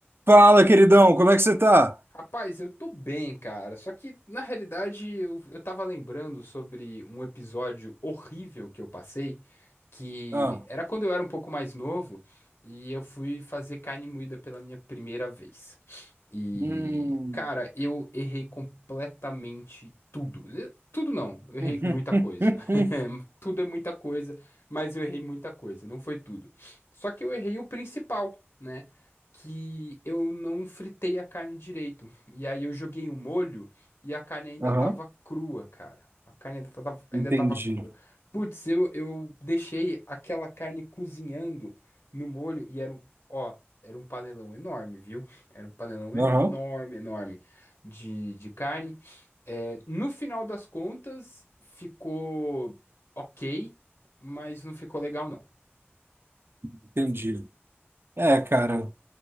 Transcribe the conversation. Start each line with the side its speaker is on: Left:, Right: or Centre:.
Right: Fala, queridão, como é que você tá?
Left: Rapaz, eu tô bem, cara. Só que, na realidade, eu, eu tava lembrando sobre um episódio horrível que eu passei, que
Right: Ah,
Left: era quando eu era um pouco mais novo e eu fui fazer carne moída pela minha primeira vez. E,
Right: hum.
Left: cara, eu errei completamente tudo. Eh, Tudo não, eu errei
Right: <laughs>
Left: muita coisa. <laughs> Tudo é muita coisa, mas eu errei muita coisa, não foi tudo. Só que eu errei o principal. né? que eu não fritei a carne direito. E aí eu joguei o molho e a carne ainda
Right: Aham,
Left: tava crua, cara. A carne ainda tava, ainda
Right: entendi.
Left: tava crua. Putz, eu, eu deixei aquela carne cozinhando no molho e era um, ó, era um panelão enorme, viu? Era um panelão enorme,
Right: Aham,
Left: enorme de, de carne. É, no final das contas, ficou ok, mas não ficou legal, não.
Right: entendi. É, cara,